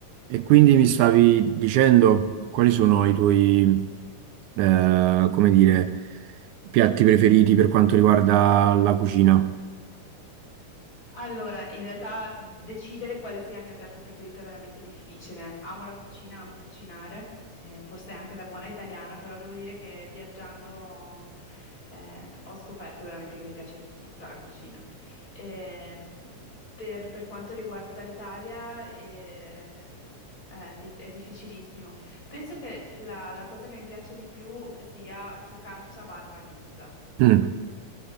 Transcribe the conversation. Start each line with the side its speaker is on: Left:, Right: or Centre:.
Right: E quindi mi stavi dicendo quali sono i tuoi, eh, come dire, piatti preferiti per quanto riguarda la cucina?
Left: Allora, in realtà decidere quale sia il mio piatto preferito è veramente difficile. Amo la cucina, amo cucinare, eh, forse anche da buona italiana, però devo dire che viaggiando eh, ho scoperto veramente che mi piace tutta la cucina. Ehm, per, per quanto riguarda l'Italia, eh, eh, è, di- è difficilissimo. Penso che la, la cosa che mi piaccia di più sia focaccia barra pizza. <laughs>
Right: Mm.